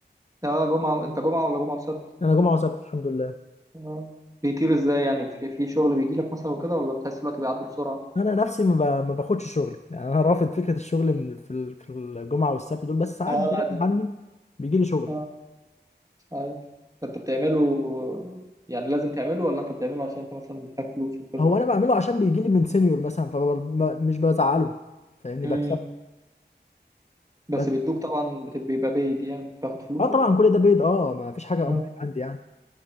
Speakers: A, on the right; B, on the left.
A: اه جمعه انت جمعه ولا جمعه وسبت
B: انا جمعه وسبت الحمد لله
A: اه بيطير ازاي يعني في, في شغل بيجي لك مثلا وكده ولا بتحس الوقت بيعدي بسرعه
B: انا نفسي ما, ب... ما باخدش شغل يعني انا رافض فكره الشغل من في ال- في الجمعه والسبت دول بس ساعات
A: اه
B: بغصب
A: لا دي
B: عني بيجي لي شغل
A: اه مش عارف انت بتعمله يعني لازم تعمله ولا انت بتعمله عشان انت مثلا محتاج فلوس وكده
B: هو انا بعمله عشان بيجي لي من سينيور مثلا فمش بزعله فاهمني
A: مم.
B: بكسب
A: بس
B: بدري
A: بيدوك طبعا بت- بيبقى بيد يعني بتاخد فلوسه
B: اه طبعا كل ده بيض اه ما فيش حاجه
A: اه
B: unpaid عندي يعني